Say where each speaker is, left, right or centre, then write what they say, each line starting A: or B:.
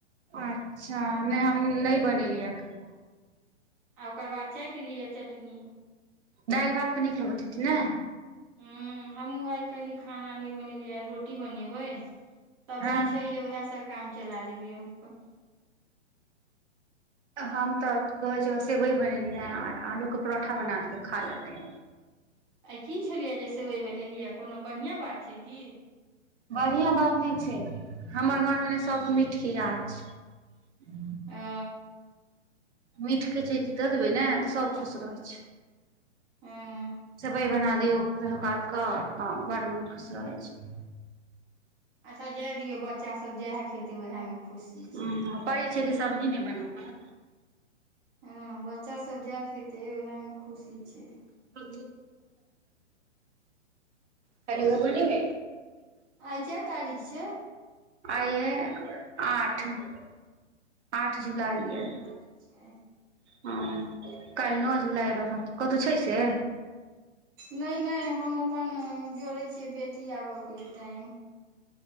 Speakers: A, on the right; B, on the right.
A: अच्छा नै हम नै बनेलियै अखैन
B: आ ओकर बाद चाइट लिअ चटनी
A: दाइल भात पर नीक लगत हतै ने
B: हु हमहूँ आइ कनि खाना नै बनेलियै आ रोटी बनेबै सब्जी
A: हँ
B: छैहे उएह सभ काम चला लेबै हम अपन
A: हम तऽ कहे छै सेवई बनेलियै ह आलू कऽ परोठा
B: हूँ
A: बना देलु खा लेते
B: आइ की छलियै जे सेवइ बनेलियै कोनो बढ़िआँ बात छै की
A: बढ़िआँ बात नै छै हमर घर में न सभ मीठ केँ यार छै
B: ओ
A: मीठ केँ जे जी दऽ देबै न तऽ सभ खुश रहै छै
B: हूँ
A: <inaudible> सेवइ बना दियौ कहियो काल कऽ तऽ बड मोन खुश रहै छै
B: अच्छा जै दिऔ बच्चा सब जैह खेतै ओहे म खुशी
A: ह
B: छै
A: पड़ै
B: <inaudible>
A: छै कि सब्जी
B: हु
A: नहि बनबऽ
B: ह बच्चा सब जैह खेते उहै में खुशी छै
A: <unintelligible> खाली ओ बनै है
B: आइ कै तारीख छै
A: आए आठ <inaudible> आठ जुलाइ यऽ
B: अच्छ छै
A: हु <inaudible> काइल नौअ जुलाई रहत कतौ छै से
B: नै नै हम अपन जोड़ै छियै बेटी आब कऽ टाइम